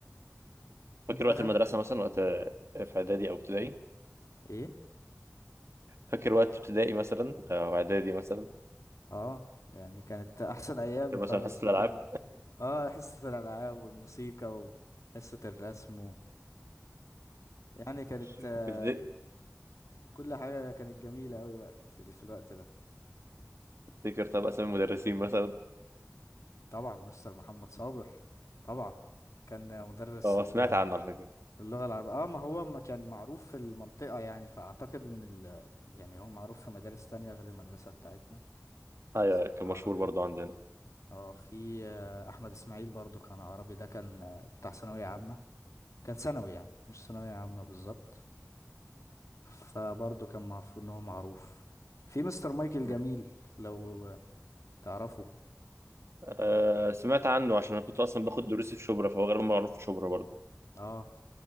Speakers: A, on the left; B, on the right.
A: انت
B: فاكر
A: بخ
B: وقت المدرسه مثلا وقت آه، في اعدادي او ابتدائي
A: ايه
B: فاكر وقت ابتدائي مثلا آه، او اعدادي مثلا
A: اه يعني كانت احسن ايام
B: فاكر مثلا
A: خالص
B: حصه
A: كنا
B: الالعاب
A: اه حصة الالعاب والموسيقى وحصة الرسم و... يعني كانت
B: <laughs>
A: آه،
B: تفتك-
A: كل حاجة كانت جميلة اوي وقت في الوقت ده
B: تفتكر طب اسامي المدرسين مثلا
A: طبعا مستر محمد صابر طبعا كان مدرس
B: اه
A: ال-
B: سمعت عنه على فكره
A: اللغة العربية اه ما هو ما كان معروف في المنطقة يعني فاعتقد ان ال... يعني هو معروف في مدارس تانية غير المدرسة بتاعتنا
B: ايوه
A: مستر
B: كان
A: العربي
B: مشهور برضو عندنا
A: اه في آه، احمد اسماعيل برضو كان عربي ده كان آه، بتاع ثانويه عامه كان ثانوي يعني مش ثانويه عامه بالظبط فبرضو كان المفروض ان هو معروف في مستر مايكل
B: مم.
A: جميل لو آه، تعرفه
B: آه سمعت عنه عشان انا كنت اصلا باخد دروسي في شبرا فهو غالبا معروف في شبرا برضه
A: اه